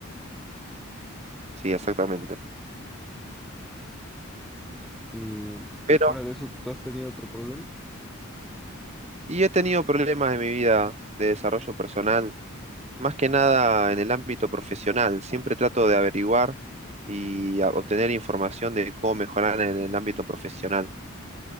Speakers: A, on the right (about 30°); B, in the centre.
A: Sí, exactamente.
B: Y
A: pero
B: fuera de eso, ¿tú has tenido otro problema?
A: Y yo he tenido problemas en mi vida de desarrollo personal, más que nada en el ámbito profesional. Siempre trato de averiguar y a- obtener información de cómo mejorar en el ámbito profesional.